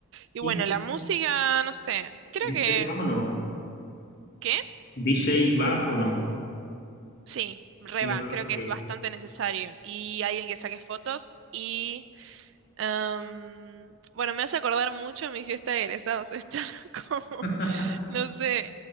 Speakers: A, on the right; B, on the left.
A: Y
B: ¿Y
A: bueno, la música, no sé, creo
B: DJ
A: que...
B: va o no?
A: ¿Qué?
B: ¿DJ va o no?
A: Sí, re
B: Sí,
A: va,
B: va,
A: creo
B: ok.
A: que es bastante necesario. Y alguien que saque fotos y... em, bueno, me hace acordar mucho de mi fiesta de egresados, <laughs> estar como...
B: <laughs>
A: No sé,